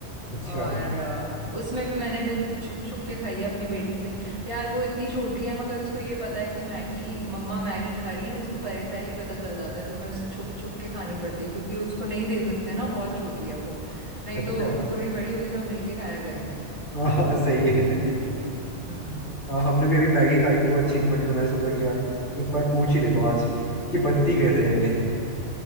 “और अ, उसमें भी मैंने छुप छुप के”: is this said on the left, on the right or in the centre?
Right